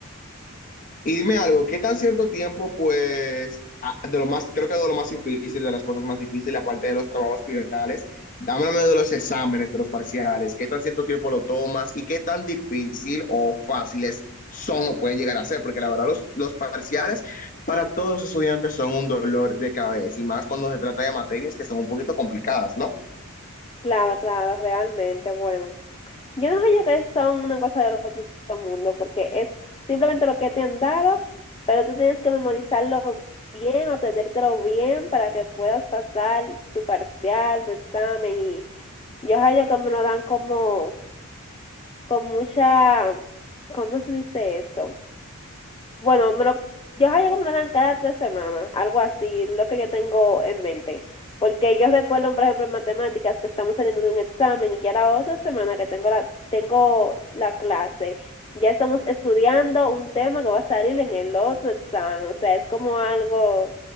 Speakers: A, on the left; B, on the left.
A: Y dime algo, ¿qué tan cierto tiempo, pues, a- de lo más, creo que de lo más difícil, de las cosas más difíciles, aparte de los trabajos finales, dámame de los exámenes, de los parciales, qué tan cierto tiempo lo tomas y qué tan difícil o fáciles son o pueden llegar a ser? Porque la verdad, los, los parciales para todos los estudiantes son un dolor de cabeza y más cuando se trata de materias que son un poquito complicadas, ¿no?
B: Claro, claro, realmente, bueno. Yo no sé yo que son una cosa del otro mundo, porque es simplemente lo que te han dado, pero tú tienes que memorizarlo bien, aprendértelo bien para que puedas pasar tu parcial, tu examen y yo hallo que me lo dan como con mucha, ¿cómo se dice esto? Bueno, me lo, yo creo que me lo dan cada tres semanas, algo así, lo que yo tengo en mente. Porque yo recuerdo, por ejemplo, en matemáticas que estamos saliendo de un examen y ya la otra semana que tengo la, tengo la clase, ya estamos estudiando un tema que va a salir en el otro examen. O sea, es como algo,